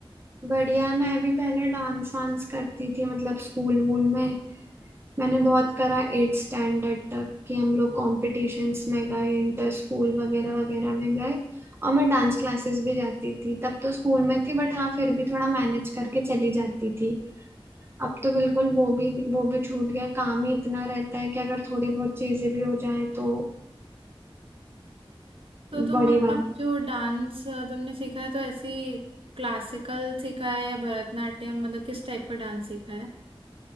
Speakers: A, on the right; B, on the right.
A: बढ़िया है मैं भी पहले डांस वांस करती थी मतलब स्कूल वूल में मैंने बहुत करा एट स्टैंडर्ड तक कि हम लोग कॉम्पिटिशन्स में गए इंटर स्कूल वगैरह वगैरह में गए और मैं डांस क्लासेस भी जाती थी तब तो स्कूल में थी बट हाँ फिर भी थोड़ा मैनेज करके चली जाती थी अब तो बिल्कुल वो भी वो भी छूट गया काम ही इतना रहता है कि अगर थोड़ी बहुत चीजें भी हो जाए तो
B: तो तुम
A: बड़ी
B: मतलब
A: बात
B: जो डांस तुमने सीखा है तो ऐसे क्लासिकल सीखा है या भरतनाट्यम मतलब किस टाइप का डांस सीखा है